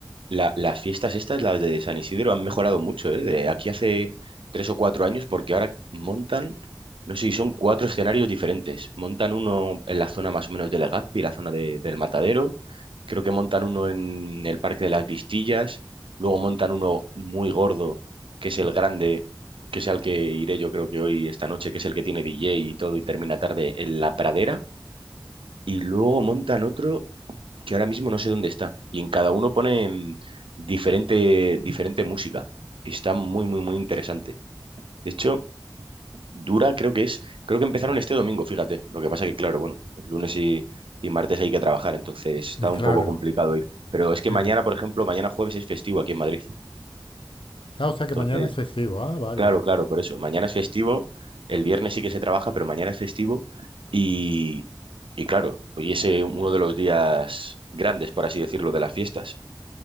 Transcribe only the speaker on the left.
Y claro,
sí.
Ah, o sea que
mañana es festivo. Ah, vale.